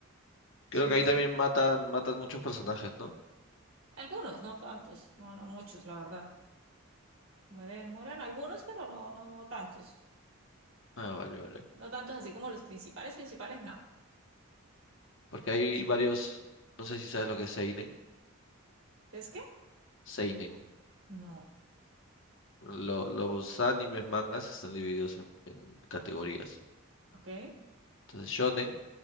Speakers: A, on the right; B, on the left.
A: Es
B: creo
A: una
B: que ahí
A: se-
B: también matan, matan muchos personajes, ¿no?
A: Algunos, no tantos, no, no muchos, la verdad. Mueren, mueren algunos, pero no, no, no tantos.
B: Ah, vale, vale.
A: No tantos así como los principales, principales, no. O
B: Porque hay
A: sea,
B: varios, no sé si sabes lo que es Seinen.
A: ¿es que?
B: Seinen.
A: No.
B: Lo- los animes, mangas están divididos en en categorías.
A: Ok.
B: Entonces, shonen